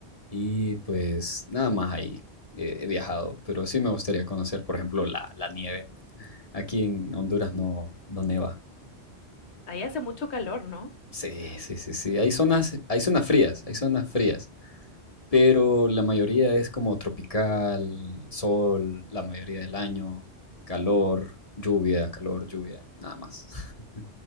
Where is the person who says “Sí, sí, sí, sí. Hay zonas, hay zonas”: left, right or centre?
Left